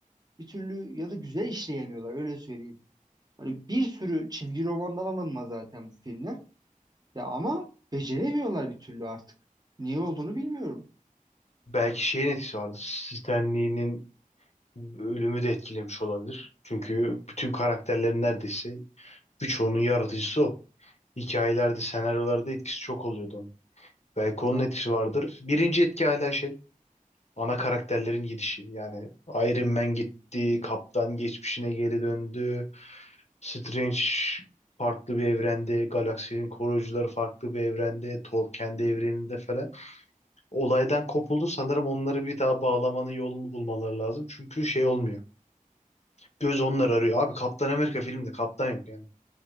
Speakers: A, on the right; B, on the left.
A: bir türlü ya da güzel işleyemiyorlar öyle söyleyeyim. Hani bir sürü çizgi romandan alınma zaten bu filmler. Ya ama beceremiyorlar bir türlü artık. Niye olduğunu bilmiyorum.
B: Belki şeyin etkisi vardır. Stan Lee'nin ölümü de etkilemiş olabilir. Çünkü bütün karakterlerin neredeyse birçoğunun yaratıcısı o. Hikayelerde, senaryolarda etkisi çok oluyordu onun. Belki onun
A: Heh,
B: etkisi vardır. Birinci etki hala şey ana karakterlerin gidişi. Yani Iron Man gitti, Kaptan geçmişine geri döndü. Strange farklı bir evrende, galaksinin koruyucuları farklı bir evrende, Thor kendi evreninde falan. Olaydan kopuldu sanırım onları bir daha bağlamanın yolunu bulmaları lazım. Çünkü şey olmuyor. Göz onlar arıyor. Abi Kaptan Amerika filmde kaptan yok yani.